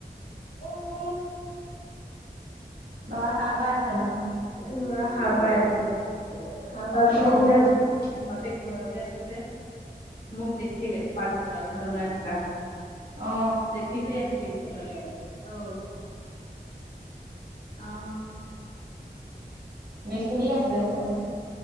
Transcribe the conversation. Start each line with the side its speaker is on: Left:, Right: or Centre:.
Left: উ
Right: লৰা সাৰ পাই আছে। মানে
Left: লৰা সাৰ পাই আছে সাৰ পাই পেলাই
Right: অ
Left: ইয়াৰ বাপেক ঘৰতে আছে যে মোক দেখিলে পাকঘৰত ভাত বনাই থকা
Right: অ
Left: দে ঠিকে আহিলে কোচলে অ অ
Right: মে খেলি আছিলে
Left: অহ
Right: চাগে